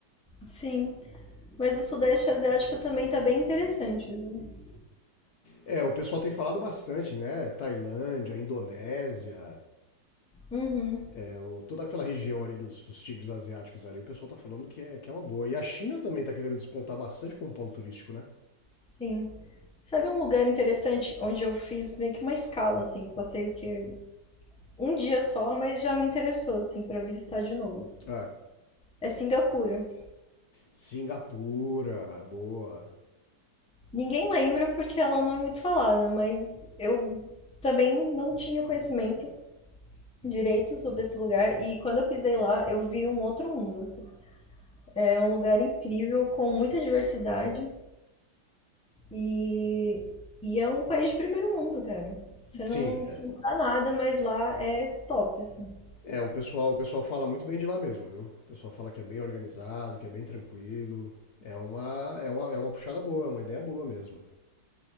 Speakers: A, in the centre; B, on the left.
A: Sim. Mas o Sudeste Asiático também tá bem interessante, viu?
B: É, o pessoal tem falado bastante, né? Tailândia, Indonésia,
A: Uhum,
B: é, o- toda aquela região ali dos, dos tigres asiáticos ali, o pessoal tá falando que é, que é uma boa. E a China também tá querendo despontar bastante como polo turístico, né?
A: sim. Sabe um lugar interessante onde eu fiz meio que uma escala, assim, passei o que um dia só, mas já me interessou, assim, pra visitar de novo.
B: É.
A: É Singapura.
B: Singapura, boa.
A: Ninguém lembra porque ela não é muito falada, mas eu também não tinha conhecimento direito sobre esse lugar e quando eu pisei lá, eu vi um outro mundo, assim. É um lugar incrível com muita diversidade E, e é um país de primeiro mundo, cara. Você
B: Sim,
A: não,
B: é.
A: você não dá nada, mas lá é top, assim.
B: É, o pessoal, o pessoal fala muito bem de lá mesmo, viu? O pessoal fala que é bem organizado, que é bem tranquilo. É uma, é uma, é uma puxada boa, é uma ideia boa mesmo.